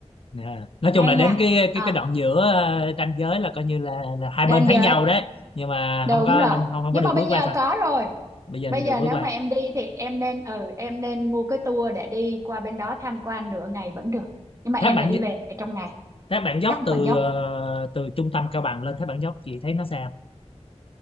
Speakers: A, on the left; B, on the right.
A: Nè, nói chung
B: Hay
A: là đến
B: nha.
A: cái cái
B: À,
A: cái đoạn giữa ờ, ranh giới là coi như là là hai
B: ranh
A: bên thấy
B: giới.
A: nhau đấy nhưng mà
B: Đúng
A: không có
B: rồi.
A: không không không
B: Nhưng
A: có được
B: mà bây
A: bước
B: giờ
A: qua thôi
B: có rồi.
A: bây giờ
B: Bây
A: thì được
B: giờ
A: bước
B: nếu
A: qua
B: mà em đi thì em nên ừ em nên mua cái tour để đi qua bên đó tham quan nửa ngày vẫn được. Nhưng mà
A: thác
B: em
A: Bản
B: phải đi về trong ngày.
A: thác Bản Dốc
B: Thác
A: từ
B: Bản Dốc
A: ờ, từ trung tâm Cao Bằng lên thác Bản Dốc chị thấy nó sao